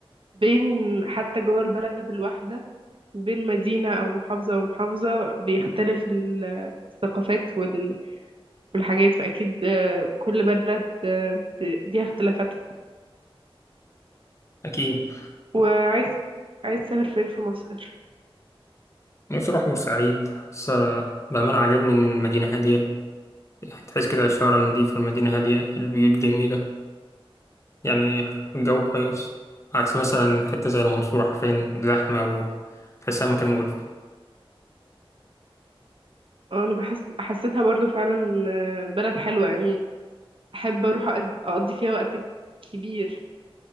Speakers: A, on the right (about 65°); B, on the left (about 30°).
A: بين حتى جوه البلد الواحدة بين مدينة او محافظة ومحافظة بيختلف ال- الثقافات وال... والحاجات فاكيد آه، كل بلد آه، ب- ليها اختلافاتها
B: أكيد
A: وعايز عايز تسافر فين في مصر
B: نفسي أروح بورسعيد بس بأمانة عجبني إن المدينة هادية يعني تحس كده الشوارع النظيفة المدينة هادية البيوت جميلة يعني الجو كويس عكس مثلا حتة زي المنصورة حرفيا زحمة وتحسها مكان مقرف كده
A: اه انا بحس حسيتها برضو فعلا آه، بلد حلوة يعني احب اروح أقض- اقضي فيها وقت كبير